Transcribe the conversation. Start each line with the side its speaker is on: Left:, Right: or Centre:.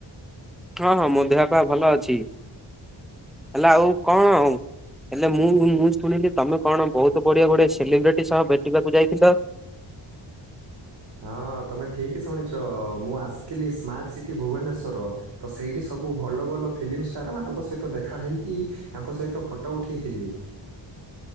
Centre: ହଁ ହଁ ମୋ ଦେହ ପା ଭଲ ଅଛି ହେଲା ଆଉ କଣ ହେଲେ ମୁଁ ମୁଁ ଶୁଣିଲି ତମେ କଣ ବହୁତ ବଢିଆ ଗୋଟେ ସେଲିବ୍ରିଟି ସହ ଭେଟିବାକୁ ଯାଇଥିଲ?
Right: ହଁ ତମେ ଠିକ ଶୁଣିଛ ମୁଁ ଆସିଥିଲି ସ୍ମାର୍ଟ ସିଟି ଭୁବନେଶ୍ଵର ତ ସେଇଠି ସବୁ ଭଲ ଭଲ ଫିଲ୍ମ ଷ୍ଟାର ମାନଙ୍କ ସହିତ ଦେଖା ହୋଇକି ତାଙ୍କ ସହିତ ଫଟୋ ଉଠାଇଥିଲି।